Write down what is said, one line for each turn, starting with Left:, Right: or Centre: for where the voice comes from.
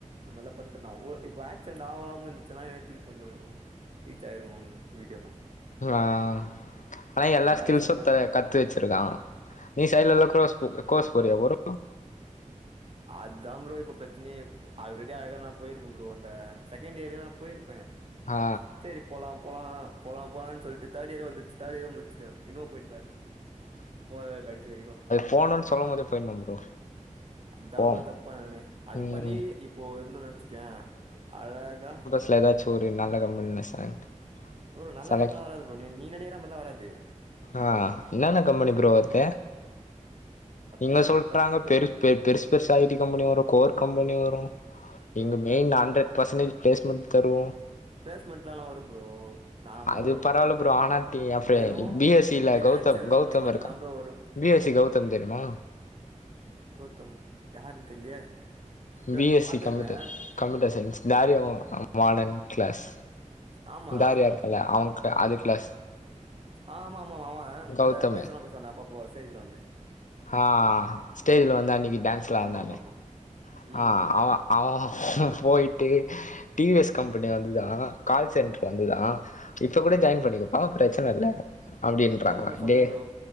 Right: நல்லா பண்ட்ருந்தா ஓ இப்ப ஏக்ஸிரன்ட் ஆவாம இருந் சின்னா <unintelligible> கொஞ்சானு ரீச்சாயிருக்கு வீடியோலா
Left: லா ஆனா எல்லா
Right: அந்த
Left: ஸ்கில்ஸு
Right: ஆக்சிடென்ட்னால
Left: கத்து வெச்சிருக்கா நீ சைட்ல எல்லா க்ரோஸ் கோர்ஸ் போறியா ப்ரோ
Right: அத் தாம் பரோ இப்ப பிரச்சனயே ஆல்ரெடி அழகா நா போயிருப்பம் ப்ரோ இந்த செகண்ட் இயரே நா போயிருப்பே
Left: ஆ
Right: செரி போலாம் போலா போலாம் போலான் சொல்ட்டு தேட் இயரே வந்துர்ச்சு தேட் இயர் முடிச்சிட்டே இன்னு போயிட் தா இருக்கே போறே கடசி வரைக்கு
Left: போணுன் சொல்லும்போதே போயிர்னும் ப்ரோ
Right: அத் தாம்
Left: போம்
Right: ப்ரோ தப்பு பண்ணுனே அது
Left: ம்
Right: பண்ணி இப்போ இருந்தே வெச்சிக்கியே அழகா
Left: <unintelligible> சோறு நல்ல கம்பெனில செலக்ட்
Right: ப்ரோ நல்ல
Left: செலக்ட்
Right: கம்பென்லா வராது ப்ரோ நீ நீ நெனைக்கிற மாரில்லா வராது
Left: ஆ என்னன்ன கம்பெனி ப்ரோ வர்து இங்க
Right: இப்போ
Left: சொல்றாங்க
Right: பத்து
Left: பெரு பெ பெருசு பெருசா ஐ டி கம்பெனி வரு கோர் கம்பெனி வரு
Right: ப்ரோ
Left: இங்க
Right: அப்டிலா
Left: main
Right: இல்ல bro
Left: hundred percentage placement தருவோ
Right: பிளேஸ்மெண்ட்லலா வரும் ப்ரோ நார்மலா
Left: அது
Right: வரு
Left: பரவால்ல ப்ரோ ஆனாத்தி எ ப்ரெ
Right: வெறு
Left: பி எஸ் சி ல
Right: ஃபினான்சியல்
Left: கௌதம்
Right: கம்பெனி
Left: கௌதம்
Right: மட்டுந்தா
Left: இருக்கா
Right: ப்ரோ வரு
Left: பி எஸ் சி கௌதம் தெரிமா
Right: கௌதம் யாருன் தெர்லையே த
Left: பி எஸ்
Right: பாத்துருப்பே
Left: சி கம்ப்யூட்டர் கம்ப்யூட்டர் சயின்ஸ் தாரியாவு மாடன் க்ளாஸ்
Right: ஆமா
Left: தாரியா இல்ல அவுங்க அது க்ளாஸ்
Right: ஆமாமா ஆமா
Left: கௌதமு
Right: அந்த பேசெல்லா பேசுவானே அப்பப்போ ஸ்டேஜ்ல வந்து
Left: ஆ ஸ்டேஜ்ல வந்தான்னைக்கு டான்ஸ்லா
Right: ஆமா
Left: ஆட்னானே
Right: ஆமா ஆமா ம்
Left: ஆ
Right: ம்
Left: அவ அவ போயிட்டு டி வி எஸ் கம்பெனி வந்துதா கால்சென்டர் வந்துதா இப்ப கூட ஜாயின் பண்ணிக்கப்பா பிரச்சன இல்ல அப்டின்றாங்களா
Right: த முனு சொல்றே
Left: டே
Right: ப்ரோ